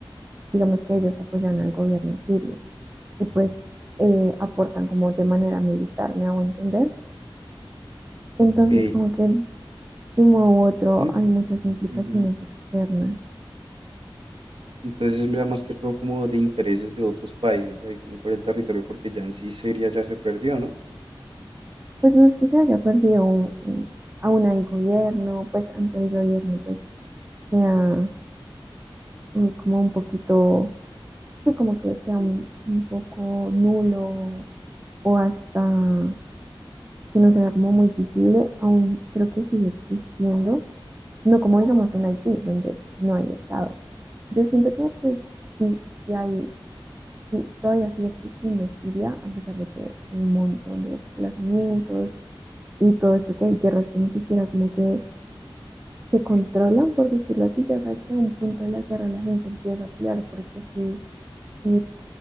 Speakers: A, on the right (about 25°); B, on the right (about 75°).
A: digamos que ellos apoyan al gobierno sirio y pues eh, aportan como de manera militar, me hago entender. Enttonces
B: Ok,
A: como que de un modo u otro
B: Mm,
A: hay muchas implicaciones
B: ujú.
A: externas
B: Entonces es ya más que todo como de intereses de otros países, ahí como por el territorio, porque ya en sí Siria ya se perdió, ¿no?
A: Pues no es que se haya perdido un, un- aún hay gobierno, pues aunque el gobierno pues sea eh, como un poquito, sí, como que sea un, un poco nulo o hasta que no sea como muy visible, aún creo que sigue existiendo, no como digamos en Haití, donde no hay Estado. Yo siento que pues sí, sí hay, sí, todavía sigue existiendo Siria, a pesar de que hay un montón de desplazamientos y todo esto que hay guerras que ni siquiera como que se controlan, por decirlo así, ya sabes que a un punto de la guerra la gente empieza a pelear porque sí, y